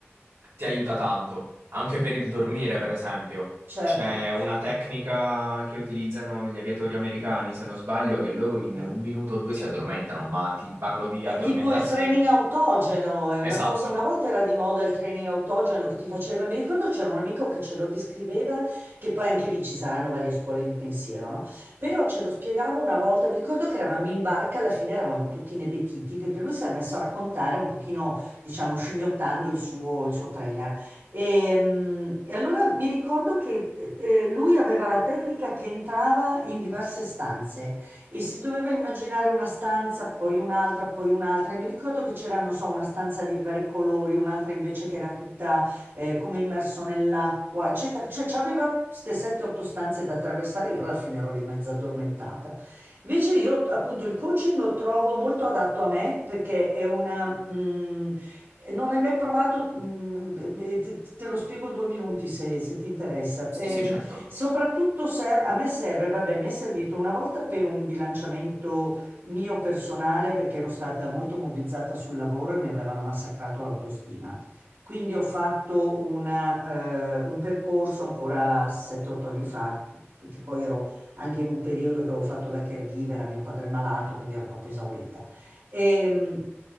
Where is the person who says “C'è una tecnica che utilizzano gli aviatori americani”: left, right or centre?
Right